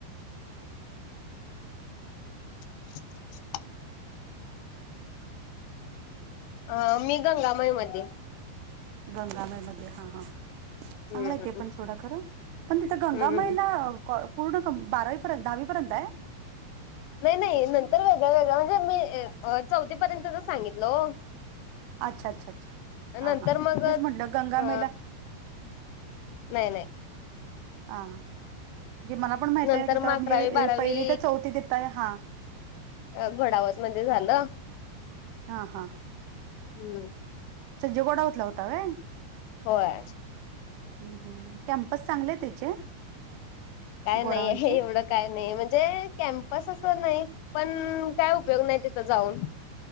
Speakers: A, on the left (about 80°); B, on the right (about 85°).
A: <inaudible> अ मी गंगामाई मध्ये
B: गंगामाई मध्ये हा हा चांगलय
A: हम्म
B: तेे पण सोडा खर पण तिथं गंगा
A: हम्म
B: माई ला कॉ पूर्ण क बारावी पर्यंत दहावी पर्यंतय.
A: नाय नाय नंतर वेगळ वेगळ म्हणजे मी चौथी पर्यंतच सांगितल ओ
B: अच्छा अच्छा अच्छा हा
A: नंतर
B: हा हां
A: मग
B: तेच
A: अ
B: म्हटलं गंगामेला
A: नाही नाही
B: हा जे मला पण माहित
A: नंतर
B: आहे तिथं
A: मग अकरावी
B: म्हणजे
A: बारावी
B: पहिली तर चौथी तिथंय हा.
A: अ घोडावत मध्ये झालं
B: हा हा
A: हम्म.
B: संजय घोडावतला होता वय.
A: होय
B: ह हम् कॅम्पस चांगले त्याचे.
A: काय
B: गोडावनचे
A: नाही आहे हे एवढं काय नाही म्हणजे कॅम्पस असं नाही पण काय उपयोग नाही तिथं जाऊन.